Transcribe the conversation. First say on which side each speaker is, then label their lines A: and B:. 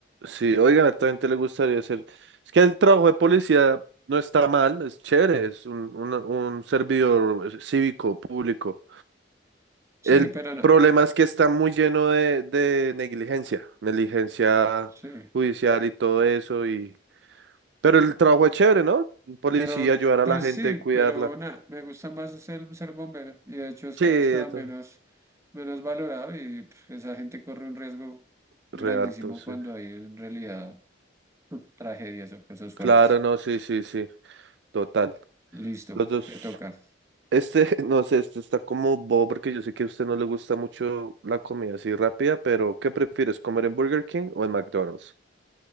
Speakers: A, on the right (about 60°); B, on the right (about 15°).
A: Sí, oigan, a también le gustaría hacer. Es que el trabajo de policía no está mal, es chévere, es un, un, un servidor eh, cívico, público.
B: Sí,
A: El
B: pero no.
A: problema es que está muy lleno de, de negligencia, negligencia
B: Sí.
A: judicial y todo eso, y Pero el trabajo es chévere, ¿no? Un policía,
B: Pero,
A: ayudar a
B: pues
A: la gente,
B: sí, pero
A: cuidarla.
B: nada, me gusta más ser, ser bombero y de hecho es
A: Sí,
B: hasta menos,
A: to-
B: menos valorado y pf, esa gente corre un riesgo
A: real,
B: grandísimo
A: to- sí.
B: cuando hay en realidad <laughs> tragedias o cosas
A: Claro,
B: fuertes.
A: no, sí, sí, sí, total.
B: Listo,
A: Los dos.
B: te toca.
A: Este, <laughs> no sé, este está como bobo porque yo sé que a usted no le gusta mucho la comida así rápida, pero ¿qué prefieres, comer en Burger King o en McDonald's?